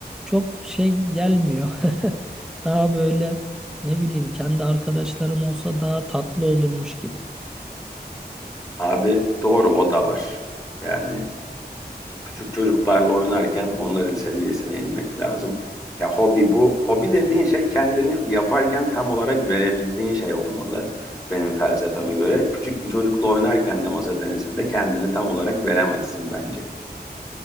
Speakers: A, in the centre; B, on the left (about 20°).
A: çok şey gelmiyor. <laughs> Daha böyle ne bileyim kendi arkadaşlarım olsa daha tatlı olurmuş gibi.
B: Abi doğru o da var. Yani küçük çocuklarla oynarken onların seviyesine inmek lazım. Ya hobi bu. Hobi dediğin şey kendini yaparken tam olarak verebildiğin şey olmalı. Benim felsefeme göre. Küçük bir çocukla oynarken de masa tenisinde kendini tam olarak veremezsin bence.